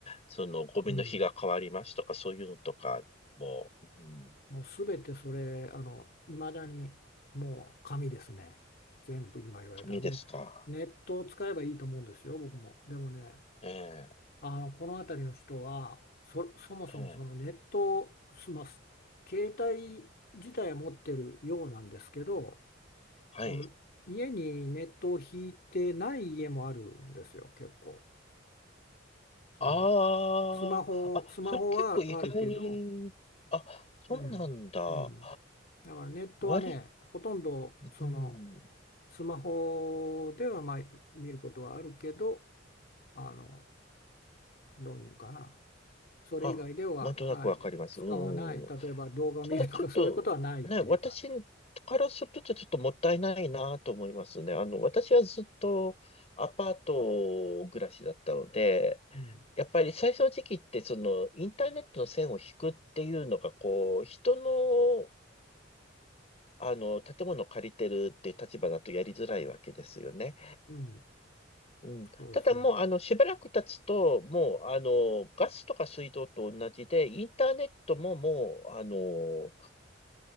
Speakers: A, on the left; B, on the left.
A: そのゴミの日が変わりますとか、
B: う。うん
A: そういうのとかも、うん、
B: もうすべてそれ、あの、いまだにもう紙ですね。全部今言われたら、
A: 紙ですか。
B: もうネットを使えばいいと思うんですよ、僕も。でもね、
A: ええ、
B: あの、この辺りの人は、そ、そもそもそのネットを済ます、
A: ええ、
B: 携帯自体は持ってるようなんですけど、
A: はい。
B: その家にネットを引いてない家もあるんですよ、結構。その
A: ああ、
B: スマホ、
A: あ、
B: スマホはあるけど、
A: それ結構意外。あ、そうなんだ。
B: うん、うん、だからネットはね、
A: 割り、
B: ほとんどその
A: うん。
B: スマホではまあ見ることはあるけど、あの、どういうんかな、それ以外では、
A: あ、なんとなくわかります。
B: はい、使わない、
A: うん。
B: 例えば動画を見るとかそういうことはないっていう感
A: ただちょっと、ね、私からするとちょっともったいないなと思いますね。あの、私はずっとアパート暮らしだったので、
B: じ。うん、
A: やっぱり最初の時期って、その、インターネットの線を引くっていうのが、こう、人の、あの、建物を借りてるっていう立場だとやりづらいわけですよね。
B: うん、
A: うん。
B: そうですね、
A: ただもう、あの、しばらく経つと、もう、あの、ガスとか水道と同じで、インターネットももう、あの、